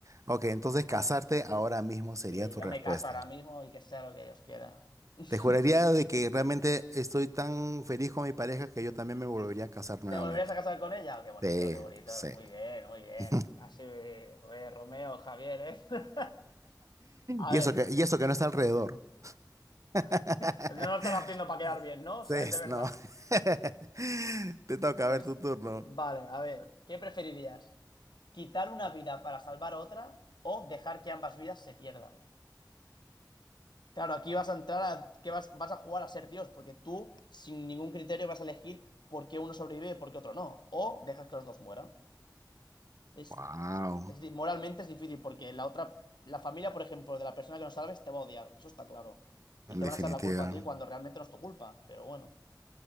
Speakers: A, on the right; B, on the left.
A: Ok, entonces casarte ahora mismo sería
B: Eh,
A: tu
B: yo
A: respuesta.
B: me caso ahora mismo y que sea lo que Dios quiera. <laughs>
A: Te juraría de que realmente estoy tan feliz con mi pareja que yo también me volvería a casar nuevamente.
B: ¿Te volverías a casar con ella? Oh, Qué bonito,
A: Sí,
B: qué bonito.
A: sí.
B: Muy bien, muy bien.
A: <laughs>
B: Así, oye, Romeo, Javier, ¿eh? <laughs> A
A: Y eso
B: ver,
A: que, y eso que no está alrededor. <laughs>
B: <laughs> no lo están haciendo para quedar bien, ¿no?
A: Sí,
B: O sea,
A: es-
B: es de verdad.
A: no. <laughs> Te toca
B: Pues,
A: a ver tu turno.
B: vale, a ver, ¿qué preferirías? ¿Quitar una vida para salvar otra o dejar que ambas vidas se pierdan? Claro, aquí vas a entrar a que vas, vas a jugar a ser Dios, porque tú, sin ningún criterio, vas a elegir por qué uno sobrevive y por qué otro no. O dejas que los dos mueran. Es
A: Wow,
B: Es di- moralmente es difícil porque la otra, la familia, por ejemplo, de la persona que no salves te va a odiar, eso está claro. Y
A: en
B: te
A: definitiva.
B: van a echar la culpa a ti cuando realmente no es tu culpa, pero bueno.